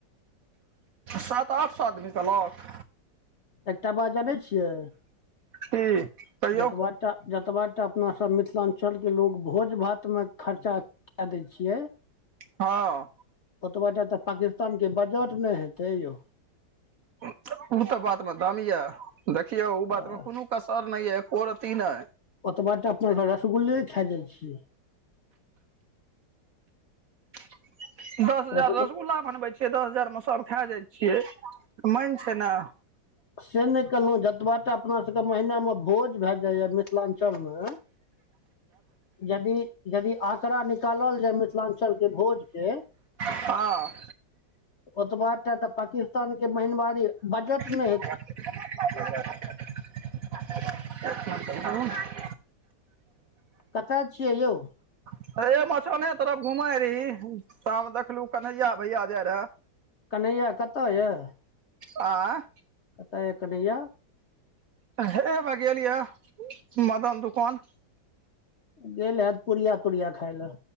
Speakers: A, on the right; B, on the left.
A: सात, आठ, सौ आदमी कहलक- -
B: एकटा बात जानै छियै।
A: की कहियौ
B: जतबाटा, जतबाटा अपना सब मिथलांचल के लोग भोज-भात मे खर्चा काए दै छियै।
A: हां।
B: ओतबाटा तऽ पाकिस्तान के बजट नै हेते यौ।
A: ऊ तऽ बात मे दम या, देखियौ उ बात
B: आ
A: मे कुनू कसर नै या ए को रति नै।
B: ओतबाटा अपना सब रसगुल्ले खाय जाय छी।
A: दस हजार
B: रसगुल
A: रसगुल्ला बनबै छियै, दस हजार मे सब खाय जाय छियै मैन छै नै।
B: से नै कहलौ जतबाटा अपना सबके महिना मे भोज भाए जायया मिथ लांचल मे यदि, यदि आंकड़ा निकालल जाय मिथलांचल के भोज के
A: हां।
B: ओतबाटा तऽ पाकिस्तान के महीन बारी बजट मे
A: <unintelligible>
B: कतऽ छियै यौ।
A: हे मचाने तरफ घुमय रही, ता मे देखलु कन्हैया भैया जाय रेहाए।
B: कन्हैया कतऽ यऽ।
A: आँय।
B: कता या कन्हैया।
A: हेबे गेल या मदन दुकान।
B: गेल हाएत पुरिया-तूरिया खायले।